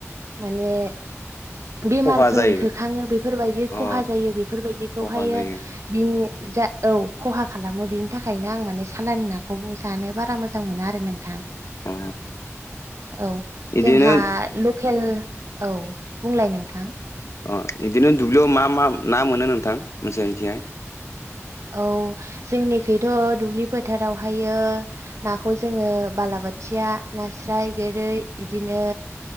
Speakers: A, on the right; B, on the left.
A: माने बेमारफोर
B: खहा जायो
A: होखाङो बेफोरबायदि
B: अ
A: खहा जायो बेफोरबायदिखौहायो
B: खहा जायो
A: बिनि जा औ खहा खालामो बिनि थाखायनो आं माने सालानि नाखौ जानो बारा मोजां मोना आरो नोंथां
B: अ
A: औ
B: बिदिनो
A: जोंहा फेल औ बुंलाय नोंथां
B: अ बिदिनो दुब्लियाव मा मा ना मोनो नोंथां नोंसोरनिथिंहाय?
A: औ जोंनिखैथ' दुब्लि फोथारावहायो नाखौ जोङो बालाबाथिया नास्राय गोरै बिदिनो